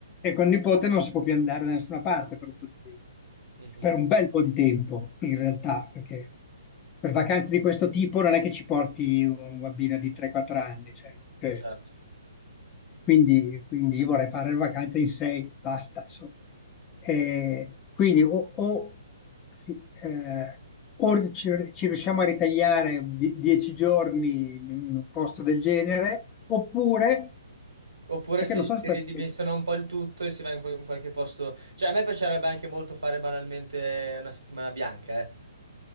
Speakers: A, on the left (about 20°); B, on the right (about 80°).
A: E con il nipote non si può più andare da nessuna parte per un po' di tempo.
B: mhm,
A: Per un bel po' di tempo, in realtà, perché per vacanze di questo tipo non è che ci porti un bambino di 3-4 anni. cioè, cioè,
B: certo.
A: quindi, quindi io vorrei fare le vacanze in 6, basta, insomma. Eh, quindi o, o, sì, eh, o ci, ci riusciamo a ritagliare die- 10 giorni in un posto del genere, oppure...
B: Oppure
A: È che
B: si,
A: non so
B: si
A: se può
B: ridimensiona
A: essere
B: un po' il tutto e si va in, quel- in qualche posto. Cioè, a me piacerebbe anche molto fare banalmente una settimana bianca, eh.